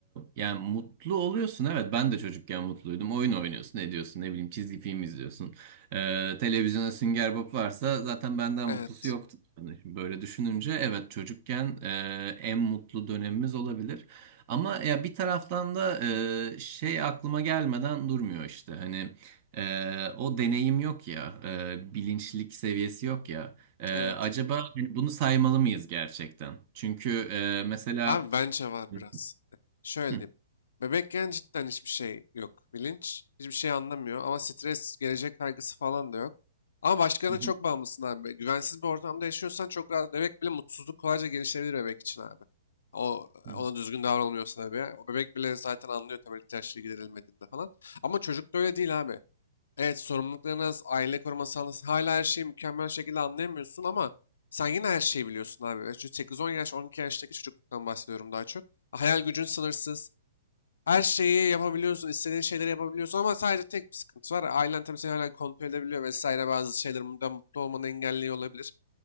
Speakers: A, on the right; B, on the left.
A: yani mutlu oluyorsun evet ben de çocukken mutluydum oyun oynuyorsun ne diyorsun ne bileyim çizgi film izliyorsun ee, televizyona Sünger Bob varsa zaten benden
B: Evet,
A: mutlusu yoktu Yani şimdi böyle düşününce evet çocukken e, en mutlu dönemimiz olabilir ama ya bir taraftan da e, şey aklıma gelmeden durmuyor işte hani e, o deneyim yok ya e, bilinçlik seviyesi yok ya E,
B: evet.
A: acaba hani bunu saymalı mıyız gerçekten çünkü e, mesela
B: Abi bence var
A: Hı
B: biraz. Şöyle
A: hı.
B: diyeyim. Bebekken cidden hiçbir şey yok. Bilinç hiçbir şey anlamıyor ama stres, gelecek kaygısı falan da yok. Ama başkalarına
A: hı.
B: çok bağımlısın abi. Güvensiz bir ortamda yaşıyorsan çok rahat. Bebek bile mutsuzluk kolayca gelişebilir bebek için abi. O
A: Hı
B: ona düzgün davranılmıyorsa tabii. O bebek bile zaten anlıyor temel ihtiyaçları giderilmediğinde falan. Ama çocukta öyle değil abi. Evet sorumluluklarınız, aile koruma sağlasın. Hala her şeyi mükemmel şekilde anlayamıyorsun ama sen yine her şeyi biliyorsun abi. Evet, Şu 8-10 yaş, 12 yaştaki çocukluktan bahsediyorum daha çok. Hayal gücün sınırsız. Her şeyi yapabiliyorsun, istediğin şeyleri yapabiliyorsun ama sadece tek bir sıkıntı var. Ailen tabii seni hala kontrol edebiliyor vesaire bazı şeyler bundan mutlu olmanı engelliyor olabilir.